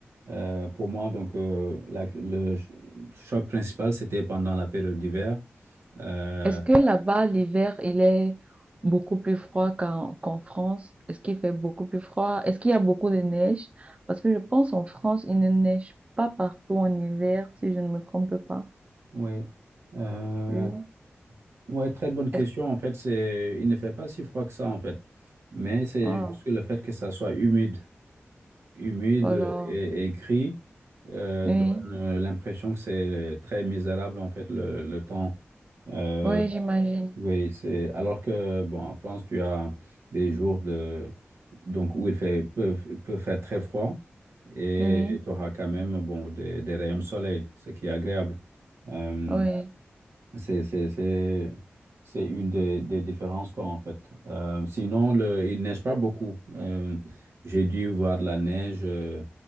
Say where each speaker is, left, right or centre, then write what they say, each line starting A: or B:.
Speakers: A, on the right; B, on the right.
A: euh, pour moi, donc euh, la- le ch- choc principal, c'était pendant la période d'hiver. Euh,
B: Est-ce que là-bas, l'hiver, il est beaucoup plus froid qu'en qu'en France? Est-ce qu'il fait beaucoup plus froid? Est-ce qu'il y a beaucoup de neige? Parce que je pense en France, il ne neige pas partout en hiver, si je ne me trompe pas.
A: oui. Euh,
B: Oui.
A: ouais, très bonne question.
B: Est-ce...
A: En fait, c'est, il ne fait pas si froid que ça, en fait. Mais c'est
B: Oh,
A: juste que le fait que ça soit humide. humide
B: oh là.
A: et, et gris euh,
B: Oui,
A: donne euh, l'impression que c'est très misérable en fait le, le temps. Euh,
B: oui, j'imagine.
A: oui, c'est alors que bon en France tu as des jours de donc où il fait peut, peut faire très froid et
B: Oui,
A: tu auras quand même bon des, des rayons de soleil, ce qui est agréable. Euh,
B: oui.
A: c'est c'est c'est c'est une des, des différences quoi en fait. Euh, sinon le il neige pas beaucoup. Euh, j'ai dû voir de la neige. euh,